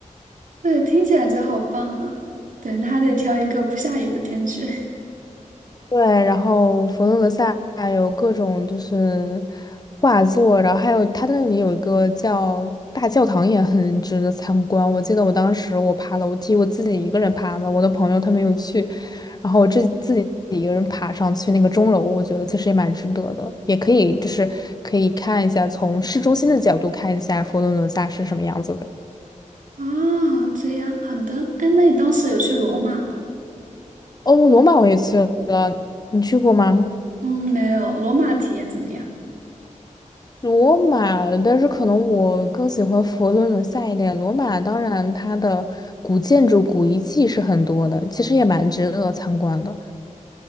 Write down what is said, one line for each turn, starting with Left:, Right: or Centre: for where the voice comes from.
Right: 对，听起来就好棒啊！对，那还得挑一个不下雨的天去。<laughs>
Left: 对，然后佛罗伦萨有各种就是画作，然后还有它那里有一个叫大教堂，也很值得参观。我记得我当时我爬楼梯，我自己一个人爬的，我的朋友他没有去，然后我自自己一个人爬上去那个钟楼，我觉得其实也蛮值得的，也可以就是可以看一下从市中心的角度看一下佛罗伦萨是什么样子的。
Right: 啊，这样，好的。哎，那你当时有去罗马吗？
Left: 哦，罗马我也去了，你去过吗？
Right: 嗯，没有，罗马体验怎么样？
Left: 罗马，但是可能我更喜欢佛罗伦萨一点。罗马当然它的古建筑、古遗迹是很多的，其实也蛮值得参观的。